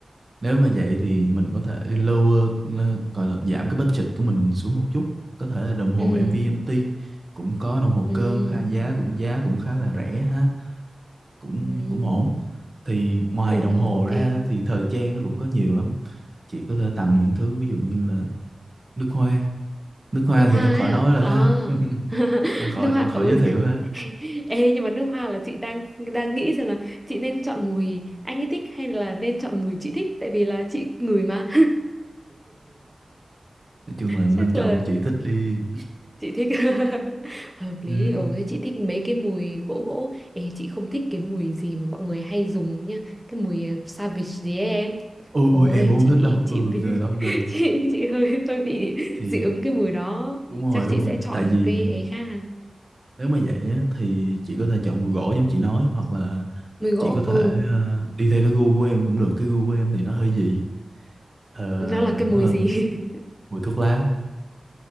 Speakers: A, on the right; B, in the centre.
A: nếu mà vậy thì mình có thể lower ờ, gọi là giảm cái budget của mình xuống một chút, có thể là đồng hồ
B: Ừ,
A: MVMT cũng có đồng hồ
B: ừ,
A: cơ kha giá cũng giá cũng khá là rẻ ha. cũng
B: ừ.
A: cũng ổn thì ngoài
B: Ổn
A: đồng
B: ạ,
A: hồ
B: ok.
A: ra thì thời trang nó cũng có nhiều lắm chị có thể tặng những thứ ví dụ như là nước hoa nước hoa
B: Nước hoa
A: thì em khỏi
B: ấy
A: nói
B: à?
A: rồi
B: À.
A: ha
B: <laughs>
A: em khỏi
B: Nước hoa
A: em khỏi
B: ừ.
A: giới thiệu ha
B: <laughs> Ê nhưng mà nước hoa là chị đang đang nghĩ xem là chị nên chọn mùi anh ấy thích hay là nên chọn mùi chị thích tại vì là chị ngửi mà.
A: nói chung là nên
B: chắc
A: chọn
B: là
A: chị thích đi
B: chị thích <laughs> hợp lý
A: ừ.
B: ồ thế chị thích mấy cái mùi gỗ gỗ ê chị không thích cái mùi gì mà mọi người hay dùng nha cái mùi ờ, Savage gì ấy em
A: ôi
B: ôi
A: em cũng không
B: chị
A: thích
B: bị
A: đâu
B: chị
A: ừ
B: bị
A: ghê lắm ghê
B: <laughs>
A: lắm
B: chị chị hơi hơi bị
A: thì
B: dị ứng cái mùi đó
A: đúng rồi
B: chắc
A: đúng
B: chị sẽ
A: rồi
B: chọn
A: tại vì
B: một cái ấy khác à.
A: nếu mà vậy á, thì chị có thể chọn bùi gỗ giống chị nói hoặc là
B: mùi gỗ
A: chị có thể
B: ừ
A: ờ, đi theo cái gu của em cũng được cái gu của em thì nó hơi dị Ờ,
B: nó là cái
A: nó
B: mùi
A: là
B: gì <laughs>
A: mùi thuốc lá